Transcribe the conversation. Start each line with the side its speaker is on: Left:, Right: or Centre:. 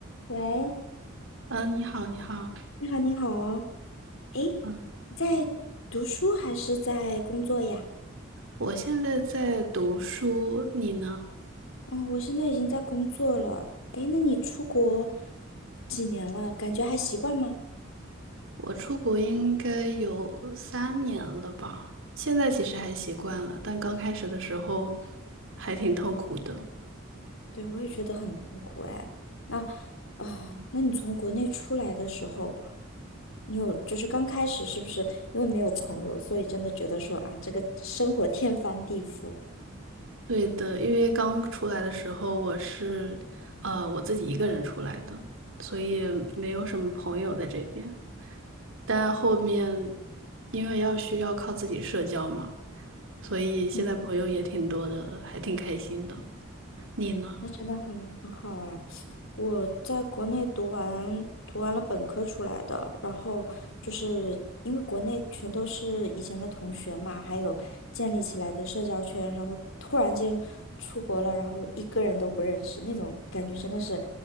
Left: 喂，
Right: 嗯，你好，你好，
Left: 你好，你好。诶，
Right: 嗯，
Left: 你在读书还是在工作呀？
Right: 我现在在读书，你呢？
Left: 哦，我现在已经在工作了。诶，那你出国几年了？感觉还习惯吗？
Right: 我出国应该有三年了吧，现在其实还习惯了，但刚开始的时候还挺痛苦的。
Left: 对，我也觉得很痛苦哎。那，啊，那你从国内出来的时候，你有就是刚开始是不是因为没有朋友，所以真的觉得说啊，这个生活天翻地覆？
Right: 对的，因为刚出来的时候我是，呃，我自己一个人出来的，所以没有什么朋友在这边。但后面因为要需要靠自己社交嘛，所以现在朋友也挺多的了，
Left: 嗯。
Right: 还挺开心的。你呢？
Left: 那真的很很好哎！我在国内读完读完了本科出来的，然后就是因为国内全都是以前的同学嘛，还有建立起来的社交圈，然后突然间出国了，然后一个人都不认识，那种感觉真的是，